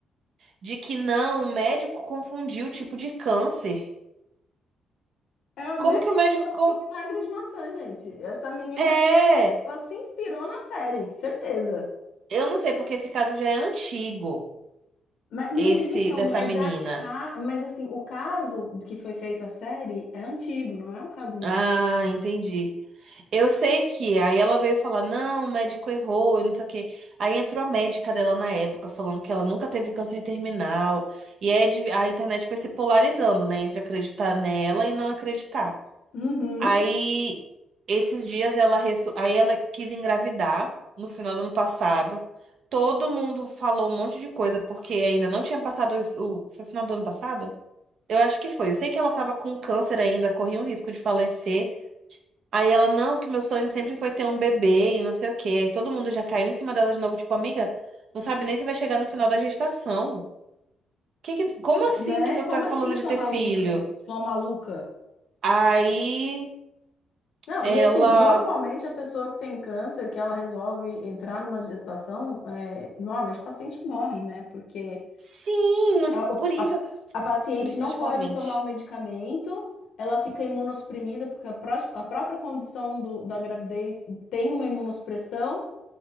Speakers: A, on the right; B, on the left.
A: De que não, o médico confundiu o tipo de câncer.
B: É a mesma
A: Como que o médico.
B: coisa
A: con-
B: do vinagre de maçã, gente. Essa menina,
A: É.
B: foi- ela se inspirou na série, certeza.
A: Eu não sei, porque esse caso já é antigo.
B: Mas, não,
A: esse
B: mas então,
A: dessa
B: mas
A: menina.
B: a ca... mas assim, o caso que foi feita a série é antigo, não é um caso novo.
A: Ah, entendi. Eu sei que aí ela veio falar, não, o médico errou e não sei o quê. Aí entrou a médica dela na época falando que ela nunca teve câncer terminal. E é de- a internet foi se polarizando, né, entre acreditar nela e não acreditar.
B: Uhum.
A: Aí esses dias ela resso- aí ela quis engravidar no final do ano passado. Todo mundo falou um monte de coisa porque ainda não tinha passado isso- o foi final do ano passado? Eu acho que foi. Eu sei que ela tava com câncer ainda, corria um risco de falecer. Aí ela, não, que meu sonho sempre foi ter um bebê e não sei o quê. Aí todo mundo já caiu em cima dela de novo, tipo, amiga, não sabe nem se vai chegar no final da gestação. Que que, como assim
B: Né?
A: que tu
B: Como
A: tá
B: assim,
A: falando de
B: sua
A: ter
B: maluca?
A: filho?
B: Sua maluca?
A: Aí
B: Não,
A: ela,
B: e assim, normalmente a pessoa que tem câncer, que ela resolve entrar numa gestação, é, normalmente o paciente morre, né? Porque
A: sim, não-
B: A, o-
A: por isso,
B: a- a paciente
A: por isso
B: não
A: que eu acho
B: pode
A: que ela mente.
B: tomar o medicamento, ela fica imunossuprimida, porque a, pró- a própria condição do- da gravidez tem uma imunossupressão,